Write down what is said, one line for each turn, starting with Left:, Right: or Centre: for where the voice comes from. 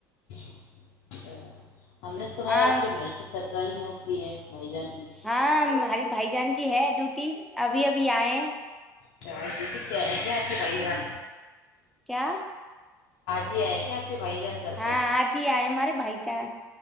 Left: اچا ہم نے سنا
Centre: ہاں
Left: ہے آپ کے بھائی کی سرکاری نوکری ہے بھائی جان کی
Centre: ہاں ہماریے بھائی جان کی ہے ڈیوٹی ابھی ابھی آئے
Left: پ کیا کیا خائی جان
Centre: کیا
Left: جی ہے کیا کے بھائی جان گھر
Centre: ہاں
Left: پہ
Centre: آج ہی آئے مے بائی ج